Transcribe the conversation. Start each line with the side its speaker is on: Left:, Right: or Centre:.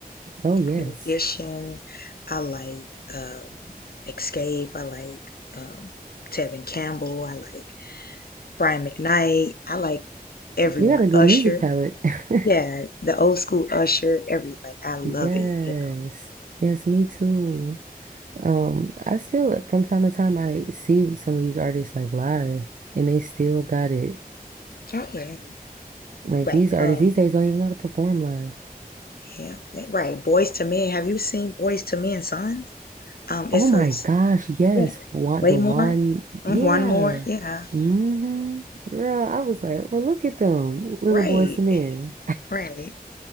Right: Oh yes,
Left: New Edition. I like um, Escape. I like um, Tevin Campbell. I like Brian McKnight. I like everyone.
Right: you got a good
Left: Usher.
Right: music palette. <laughs>
Left: Yeah, the old school Usher. Every like I love
Right: Yes.
Left: it. You
Right: Yes, me too. Um, I still from time to time I see some of these artists like live and they still got it.
Left: know. oh yeah,
Right: Like
Left: Right.
Right: these artists
Left: Um.
Right: these days don't even know how to perform live.
Left: Yeah. Right. Boys to Men. Have you seen Boys to Men, Sons? Um. It's
Right: Oh my
Left: a
Right: gosh, yes.
Left: Yeah.
Right: One
Left: Way
Right: the
Left: more.
Right: one yeah.
Left: Mm, One more. Yeah.
Right: Mm-hmm. Girl, I was like, well look at them, little
Left: Right.
Right: boys to men.
Left: Right.